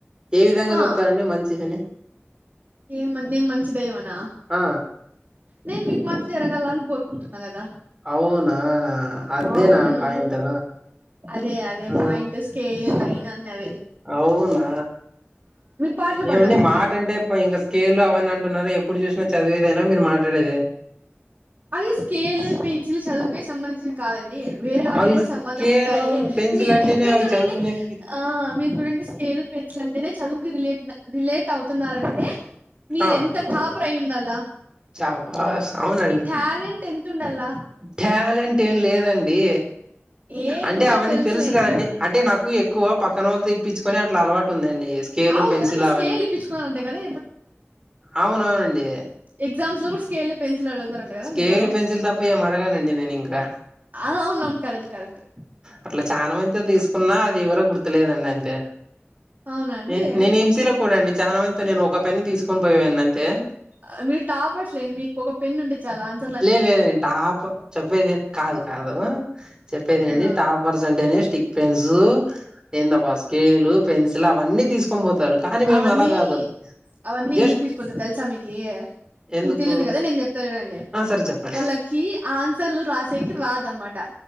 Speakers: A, on the right; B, on the right.
A: ఏ విధంగా
B: ఆ
A: చెప్తారండి మంచి అని
B: ఏం నన్ మంచిదాయ్యమనా
A: ఆ!
B: నేను మీకు మంచి జరగాలని కోరుకుంటున్నా కదా
A: అవునా! అదేనా
B: అవును
A: పాయింటు.
B: అదే అదే
A: ఆ!
B: పయింట్ స్కేల్ లైన్ అన్నవే
A: అవునా
B: పాటలు పాడడం
A: ఏమండి
B: వచ్చా
A: మాట
B: అండి
A: అంటే ఇంక స్కేల్ అవన్న అంటునారూ ఎప్పుడు చూసినా చదివేదైనా మీరు మాట్లాడేది
B: అది స్కేల్ పెన్సిల్ చదువుకే సంబంధించిన కాదండి వేరే వాటికి
A: అవి
B: కూడా
A: స్కేలు,
B: సంబంధం ఉంటాయి
A: పెన్సిల్
B: మీరు
A: అంటేనే
B: మీరు
A: అవి
B: చూడండి
A: చదువుకునేకి
B: ఆ మీరు చూడండి స్కేల్ పెన్సిల్ అంటేనే చదువుకు రిలేట్ రిలేట్ అవుతున్నరంటే మీర
A: ఆ!
B: ఎంత టాపర్ అయ్యుండల
A: శభాష్ అవునండి
B: టాలెంట్ ఎంత ఉండాలా
A: టాలెంట్ ఏం లేదండి
B: ఏం
A: అంటే
B: మాకు
A: అవన్నీ
B: తెలుసులేండి
A: తెలుసు కదండి అంటే నాకు ఎక్కువ పక్కన వాళ్ళ తేప్పించుకొని అట్లా అలవాటు ఉందండి స్కేలు
B: అవును
A: పెన్సిల్
B: కదా మీరు
A: అవన్నీ
B: స్కేల్ ఇప్పించుకున్నారంట కదా
A: అవున అవునండి
B: ఎగ్జామ్ లో కూడా స్కేళ్లే పెన్సిల్ అడుగుతారంట కదా
A: స్కేల్పెన్సిల్
B: మీరు
A: తప్ప ఏం అడగానండి నేను ఇంకా
B: అవునవును కరెక్ట్ కరెక్ట్
A: అట్ల చాలా మందితో తీసుకున్న అది ఎవరో గుర్తులేదండి అంతే
B: అవునా అండి
A: నే నేను ఎంసీలో కూడా అండి చాలామంతా నేను ఒక పెన్ను తీసుకొని పోయేవన్న అంతే
B: ఆ మీరు టాపర్స్ లేండి మీకు ఒక పెన్ ఉంటే చాలా అంత
A: లేదు లేదండి టాప్ చెప్పేది కాదు కాదు చెప్పేది అండి
B: ఆ
A: టాప్ పర్స్ అంటేనే స్టిక్ పిన్స్ ఏందబ స్కేలు పెన్సిల్ అవన్నీ తీసుకొని పోతరు కానీ మేము
B: అవన్నీ
A: అలా కాదు
B: అవన్నీ
A: జస్ట్
B: ఎందుకు తీసిపోతది తెలుసా మీకు
A: ఎందుకు
B: మీకు తెలీదు కదా నేను చెప్ చూడండి
A: ఆ సరే చెప్పండి
B: వాళ్ళకి ఆన్సర్లు రాసేకి రాదనమాట